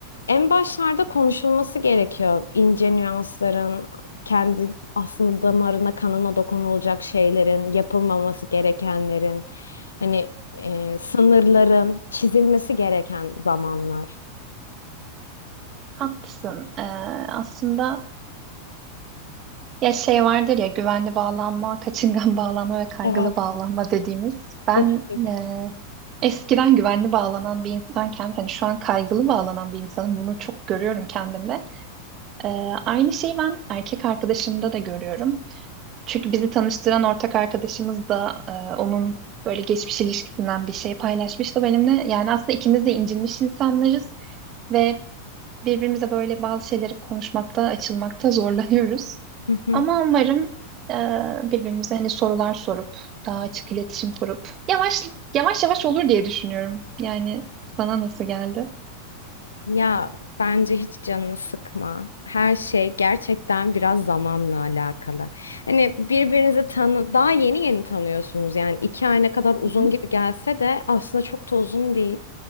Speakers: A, on the left; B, on the right.
A: en başlarda konuşulması gerekiyor. İnce nüansların, kendi aslında damarına, kanına dokunulacak şeylerin, yapılmaması gerekenlerin, hani e, sınırların çizilmesi gereken zamanlar.
B: Haklısın. Ee, aslında ya şey vardır ya güvenli bağlanma, kaçıngan bağlanma ve kaygılı
A: Evet.
B: bağlanma dediğimiz. Ben
A: Üçlük.
B: ee, eskiden güvenli bağlanan bir insanken hani şu an kaygılı bağlanan bir insanım. Bunu çok görüyorum kendimde. Ee, aynı şeyi ben erkek arkadaşımda da görüyorum. Çünkü bizi tanıştıran ortak arkadaşımız da e, onun böyle geçmiş ilişkisinden bir şey paylaşmıştı benimle. Yani aslında ikimiz de incinmiş insanlarız ve birbirimize böyle bazı şeyleri konuşmakta, açılmakta zorlanıyoruz.
A: Hı hı.
B: Ama umarım e, birbirimize hani sorular sorup, daha açık iletişim kurup yavaş yavaş yavaş olur diye düşünüyorum. Yani sana nasıl geldi?
A: Ya bence hiç canını sıkma. Her şey gerçekten biraz zamanla alakalı. Hani birbirinizi tanı daha yeni yeni tanıyorsunuz. Yani iki ay ne kadar uzun
B: Hı hı.
A: gibi gelse de aslında çok da uzun değil.